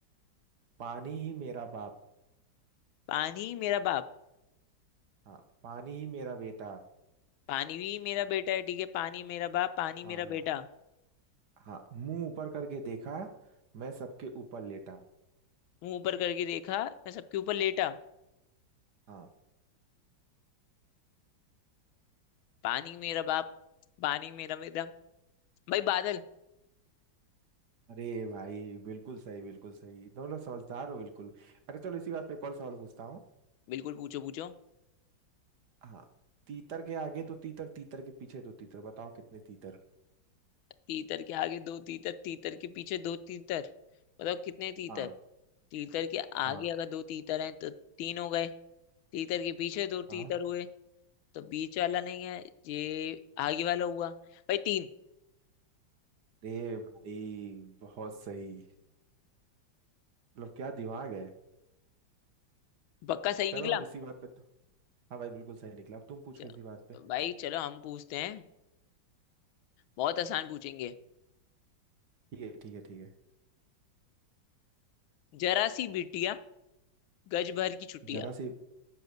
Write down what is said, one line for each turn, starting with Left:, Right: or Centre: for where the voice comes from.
Right: पानी ही मेरा बाप
Left: पानी मेरा बाप
Right: हाँ पानी ही मेरा बेटा
Left: पानी भी मेरा बेटा है ठीक है पानी मेरा बाप पानी
Right: हाँ
Left: मेरा
Right: हाँ
Left: बेटा
Right: हाँ मुंह ऊपर करके देखा मैं सबके ऊपर लेटा
Left: मुंह ऊपर करके देखा मैं सबके ऊपर लेटा
Right: हाँ
Left: पानी मेरा बाप पानी मेरा बेटा भाई बादल
Right: अरे भाई बिल्कुल सही बिल्कुल सही तुम लोग समझदार हो बिल्कुल अरे चलो इसी बात पे एक और सवाल पूछता हूँ
Left: बिल्कुल पूछो पूछो
Right: हाँ तीतर के आगे तो तीतर तीतर के पीछे तो तीतर बताओ कितने तीतर
Left: तीतर के आगे दो तीतर तीतर के पीछे दो तीतर बताओ कितने तीतर
Right: हाँ
Left: तीतर के आगे
Right: हाँ
Left: अगर दो तीतर हैं तो तीन हो गए तीतर के पीछे दो
Right: हाँ
Left: तीतर हुए तो बीच वाला नहीं है ये आगे वाला हुआ भाई तीन
Right: अरे भाई बहुत सही मतलब क्या दिमाग है
Left: पक्का सही
Right: चलो
Left: निकला
Right: अब इसी बात पे तो हाँ भाई बिल्कुल सही निकला अब तुम पूछो
Left: चलो
Right: इसी बात पे
Left: भाई चलो हम पूछते हैं बहुत आसान पूछेंगे
Right: ठीक है ठीक है ठीक है
Left: जरा सी बिटिया गज भर की छुट्टियां
Right: जरा सी